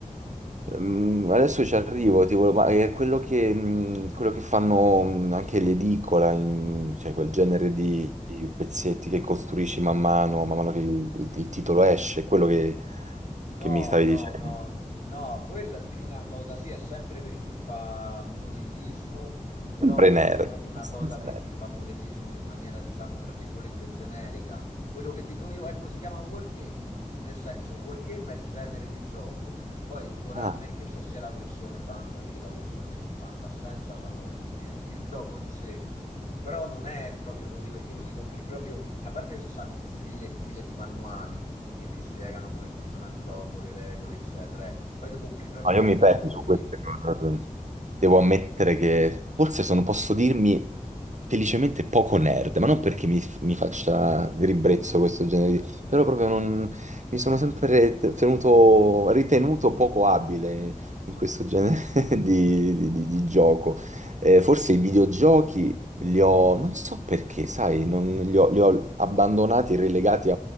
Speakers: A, on the right; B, on the left.
A: Mm, adesso ci arrivo, tipo, ma è quello che, mm, quello che fanno mm, anche l'edicola, in- cioè quel genere di di pezzetti che costruisci man mano, man mano che il, il- il titolo esce, quello che,
B: No,
A: che mi stavi
B: no,
A: dicendo.
B: no, no, quello è più una cosa, sì, è sempre per chi fa modellismo, però
A: Sempre nerd,
B: quello è proprio una
A: abbastanza
B: cosa per
A: nerd.
B: chi fa modellismo in maniera, diciamo, tra virgolette, generica. Quello che dico io, ecco, si chiama wargame, nel senso, wargame è il genere di gioco. Poi Warhammer,
A: Ah.
B: che c'è sia la versione fantasy che la versione di fantascienza, sono il, il gioco in sé. Però non è proprio così, perché tu ti compri proprio, a parte che ci stanno file e file di manuali che ti spiegano come funziona il gioco, le regole, eccetera. eh. Poi tu compri proprio
A: Ma io
B: gli
A: mi
B: scatoloni,
A: perdo su queste cose. eh. Devo ammettere che forse sono, posso dirmi felicemente poco nerd, ma non perché mi, mi faccia di ribrezzo questo genere di... però proprio non, mi sono sempre tenuto, ritenuto poco abile in questo genere <laughs> di, di- di- di gioco. Eh, forse i videogiochi li ho, non so perché, sai, non- li ho, li ho abbandonati e relegati